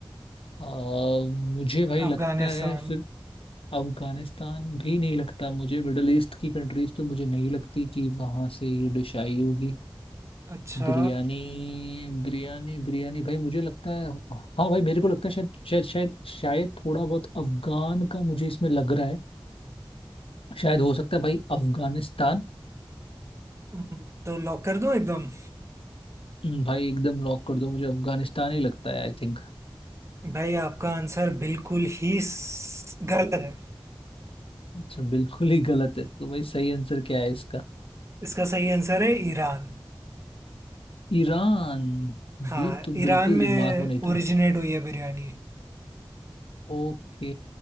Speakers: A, on the left; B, on the right.
A: आ, मुझे भाई लगता
B: अफगानिस्तान
A: है फिर अफगानिस्तान भी नहीं लगता मुझे मिडल ईस्ट की कंट्रीज तो मुझे नहीं लगती कि वहां से ये डिश आई होगी
B: अच्छा
A: बिरयानी बिरयानी बिरयानी भाई मुझे लगता है हाँ भाई मेरे को लगता है शायद शायद शायद शायद थोड़ा बहुत अफगान का मुझे इसमें लग रहा है शायद हो सकता है भाई अफगानिस्तान
B: हम्म, तो लॉक कर दूं एकदम
A: हम्म, भाई एकदम लॉक कर दो मुझे अफगानिस्तान ही लगता है आई थिंक
B: भाई आपका आंसर बिल्कुल ही स- गलत है
A: अच्छा बिल्कुल ही गलत है तो भाई सही आंसर क्या है इसका
B: इसका सही आंसर है ईरान
A: ईरान
B: हाँ
A: ये तो
B: ईरान
A: बिल्कुल दिमाग
B: में
A: में नहीं
B: ओरिजिनेट
A: था
B: हुई है बिरयानी
A: ओके